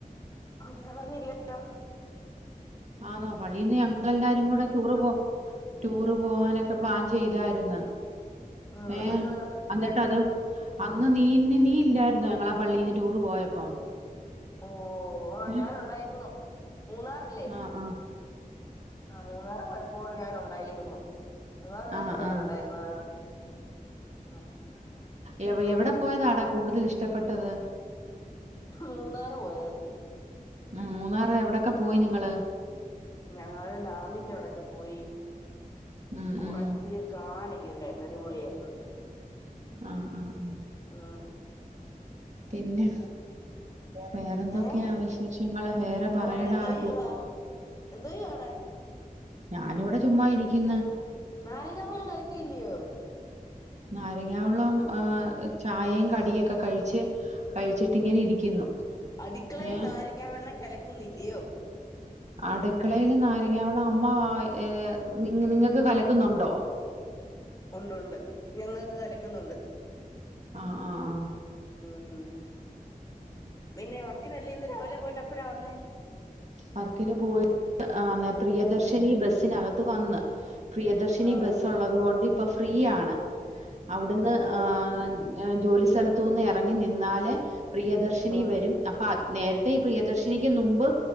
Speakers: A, on the left (about 25°); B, on the right (about 50°).
A: ആ ഞാനറിഞ്ഞില്ലല്ലോ.
B: ആ ന്നോ പള്ളീന്ന് ഞങ്ങെല്ലാരും കൂടെ ടൂറ് പോ ടൂറ് പോകാനൊക്കെ പ്ലാൻ ചെയ്തായിര്ന്ന്.
A: ഉം
B: ഏഹ
A: ഇന്ന്
B: അന്നിട്ട് അത് അന്ന് നീ നീ ഇല്ലായിരുന്നോ ഞങ്ങള പള്ളിന്ന് ടൂറ് പോയപ്പം.
A: ഓ ആ
B: ഉം.
A: ഞാനുണ്ടായിരുന്നു. മൂന്നാറല്ലേ?
B: ആ ആ.
A: ആ മൂന്നാർ പോയപ്പോൾ ഞാൻ ഉണ്ടായിരുന്നു. മൂന്നാറ് പോയപ്പം
B: ആ
A: ഞാൻ
B: ആ
A: ഉണ്ടായിരുന്നു. ആ ഹ്
B: എവ് എവിടെ പോയതാടാ കൂടുതലിഷ്ടപ്പെട്ടത്?
A: മൂന്നാറ് പോയത്
B: ആ മൂന്നാർ എവിടൊക്കെ പോയി നിങ്ങള്
A: ഞങ്ങ ഡാമിന്റെ അടക്ക പോയി
B: ഉം
A: കുറച്ച്
B: ഉം.
A: കാണാനൊ ണ്ടായിരുന്ന അടിപൊളിയായിരുന്നു
B: ആഹ് ആഹ
A: ആഹ
B: പിന്നെ വേറെന്തൊക്കെയാ
A: ഏ
B: വിശേഷങ്ങള് വേറെ
A: ഓ
B: പറയട
A: അവിടെ എന്തോ
B: ആ
A: ചെയ്യുവാ എന്തോ ആട
B: ഞാനിവിടെ ചുമ്മാ ഇരിക്കുന്ന
A: നാരിക വള്ളം കലിക്കിയില്ലയോ
B: നാരങ്ങ വള്ളം ചായയും കടിയും ഒക്കെ കഴിച്ച് കഴിച്ചിട്ട് ഇങ്ങനെ ഇരിക്കുന്നു
A: അടുക്കളയിൽ
B: ഏ
A: നാരങ്ങ വെള്ളം കലക്കുന്നില്ലയോ
B: അടുക്കളൽ നാരങ്ങള വെള്ളം അമ്മ ഏ നി നിങ്ങൾക്ക് കലക്കുന്നുണ്ടോ
A: ഉണ്ട് ഉണ്ട് ഞങ്ങൾക്ക് കലക്കുന്നുണ്ട്
B: ആഹ ആഹ ആഹ
A: ഉ പിന്നെ ഉറക്കിനല്ല ഇന്ന് രാവിലെ പോയിട്ട് അപ്പഴാ വന്നേ
B: വർക്കിന് പോയി്ന്ന പ്രിയദർശനി ബസിനകത്ത് വന്ന് പ്രിയദർശിനി
A: ആഹ്
B: ബസ്സൊള്ളത് കൊണ്ട് ഇപ്പൊ ഫ്രീയാണ് അവിടുന്ന്
A: ഓ
B: ആ
A: ഓ
B: ജോലി സ്ഥലത്തൂന്ന് എറങ്ങി നിന്നാലേ പ്രിയദർശിനി
A: ഉം
B: വരും അപ്പൊ നേരത്തെ ഈ പ്രിയദർശിനിക്ക് നുമ്പ്